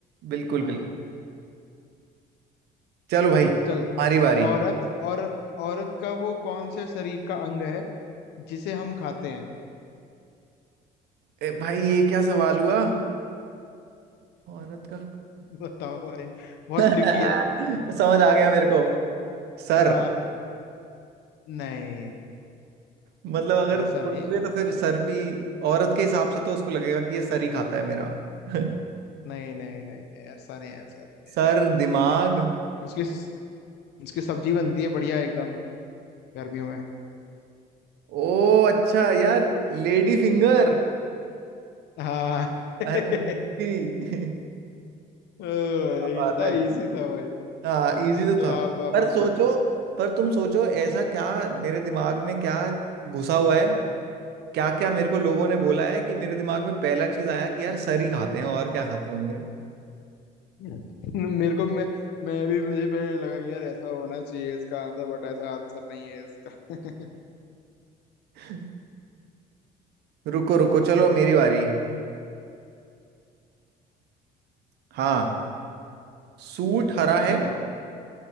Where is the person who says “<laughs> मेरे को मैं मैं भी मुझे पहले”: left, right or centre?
Left